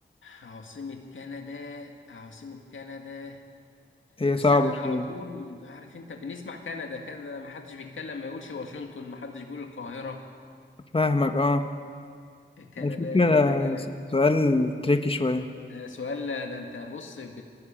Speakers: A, on the left; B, on the left.
A: عاصمة كندا عاصمة كندا
B: هي
A: بس
B: صعبة
A: أنا على
B: شوية
A: طول عارف أنت بنسمع كندا كندا ما حدش بيتكلم ما يقولش واشنطن ما حدش بيقول القاهرة
B: فاهمك اه
A: كندا
B: الفكرة
A: كندا
B: سؤال تريكي شوية
A: آه، سؤال ده أنت بص ب...